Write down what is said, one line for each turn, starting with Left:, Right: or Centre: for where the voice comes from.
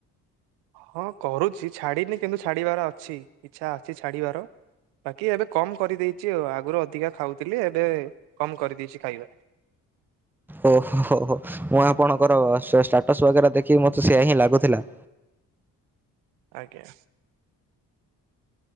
Right: ହଁ କରୁଛି ଛାଡିନି କିନ୍ତୁ ଛାଡିବାର ଅଛି ଇଛା ଅଛି ଛାଡିବାର। ବାକି ଏବେ କମ କରିଦେଇଚି ଆଉ। ଆଗରୁ ଅଧିକା ଖାଉଥିଲି ଏବେ କମ କରିଦେଇଚି ଖାଇବା।
Centre: ଓହୋ ମୁଁ ଆପଣଙ୍କର ଷ୍ଟାଟସ୍ ବଗେରା ଦେଖିକି ମତେ ସେଆ ହିଁ ଲାଗୁଥିଲା।
Right: ଆଜ୍ଞା